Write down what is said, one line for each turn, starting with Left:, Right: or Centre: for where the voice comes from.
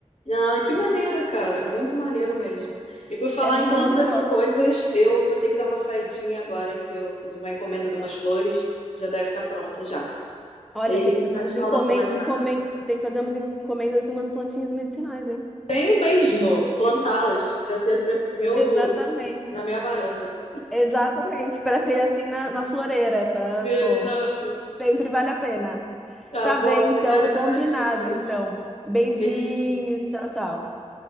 Left: Ah, que maneiro, cara. Muito maneiro mesmo. E por falar
Centre: É muito
Left: em plantas
Centre: legal.
Left: e coisas, eu vou ter que dar uma saidinha agora que eu fiz uma encomenda de umas flores. Já deve estar pronto já.
Centre: Olha,
Left: E aí
Centre: tem
Left: a gente
Centre: que fazer
Left: vai
Centre: umas
Left: se falando
Centre: encomen
Left: mais
Centre: encomen tem que fazer umas encomendas de umas plantinhas medicinais, hein?
Left: Tenho mesmo plantá-las para ter no meu, meu,
Centre: Exatamente.
Left: na minha varanda.
Centre: Exatamente, para ter assim na, na floreira, para,
Left: Exato.
Centre: pô, sempre vale a pena.
Left: Tá
Centre: Tá
Left: bom.
Centre: bem, então,
Left: Obrigada
Centre: combinado,
Left: pelas dicas.
Centre: então. Beijinhos,
Left: Beijinho.
Centre: tchau, tchau.